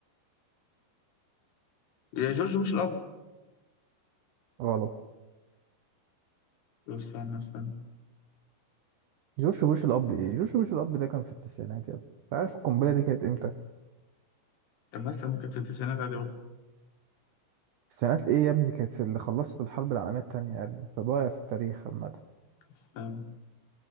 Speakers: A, on the left; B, on the right.
A: يا جورج بوش الاب
B: غلط
A: طب استنى استنى
B: جورج بوش الاب ايه جورج بوش الاب ده كان في التسعينات يا ابني انت عارف القنبله دي كانت امتى
A: طب ما استنى كانت في التسعينات عادي برضه
B: التسعينات ايه يا ابني دي كانت اللي خلصت الحرب العالميه التانية يا ابني انت ضايع في التاريخ عامه
A: استنى